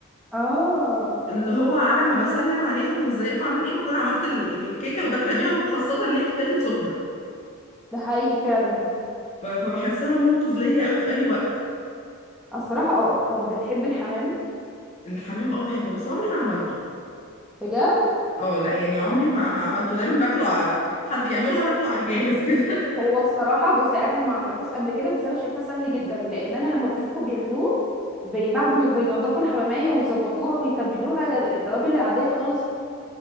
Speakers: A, in the centre; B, on the left (about 30°).
A: اه
B: اللي هو على ما بسلم عليهم وازيكم عاملين ايه بكون عملت ال- الكيكه وداخله بيها وخاصه ان هي بتتاكل سخنه
A: ده حقيقي فعلا
B: ف- فبحسها منقذ ليا قوي في اي وقت
A: الصراحه اه طب بتحب الحمام
B: الحمام اه بحبه بس عمري ما عملته
A: بجد
B: اه لا يعني عمري ما ما عملته دايما باكله ع- حد يعمله وانا اكله على الجاهز كده <laughs>
A: هو الصراحه بصي انا ما عملتوش قبل كده بس انا شايفاه سهل جدا لان انا لما بشوفه بيعملوه بي... بعد ما بينضفوا الحماميه ويظبطوها ويتبلوها التوابل العاديه خالص